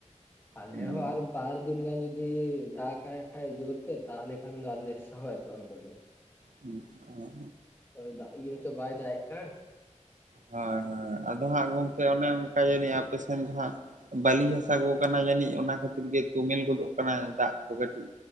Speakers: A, on the left; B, on the right.
A: ᱟᱞᱮ
B: ᱦᱩᱸ
A: ᱦᱚᱸ ᱟᱨ ᱵᱟᱨ ᱫᱤᱱ ᱜᱟᱱ ᱡᱩᱫᱤ ᱫᱟᱜᱟᱭ ᱠᱷᱟᱡ ᱡᱳᱨ ᱛᱮ ᱛᱟᱦᱚᱞᱮ ᱠᱷᱟᱱ ᱫᱚ ᱟᱞᱮᱥᱟᱶ ᱮᱛᱚᱦᱚᱜ ᱦᱳᱭᱳᱜᱼᱟ
B: ᱦᱢᱸ ᱟ <unintelligible>
A: ᱟᱫᱚ ᱫᱟᱜ ᱜᱮᱪᱚ ᱵᱟᱭ ᱫᱟᱜ ᱮᱜ ᱠᱟᱱ
B: ᱦᱚᱭ ᱦᱚᱭ ᱟᱫᱚ ᱦᱟᱸᱜ ᱜᱚᱝᱠᱮ ᱚᱱᱮ ᱚᱱᱠᱟ ᱡᱟᱹᱱᱤᱡ ᱟᱯᱮᱥᱮᱱ ᱫᱚ ᱦᱟᱸᱜ ᱵᱟᱹᱞᱤ ᱦᱟᱥᱟ ᱢᱮᱥᱟ ᱟᱹᱜᱩ ᱠᱟᱱᱟ ᱡᱟᱹᱱᱤᱡ ᱚᱱᱟ ᱠᱷᱟᱹᱛᱤᱨ ᱜᱮ ᱛᱩᱢᱮᱞ ᱜᱚᱫᱚᱜ ᱠᱟᱱᱟ ᱫᱟᱜ ᱠᱚ ᱠᱟᱴᱤᱡ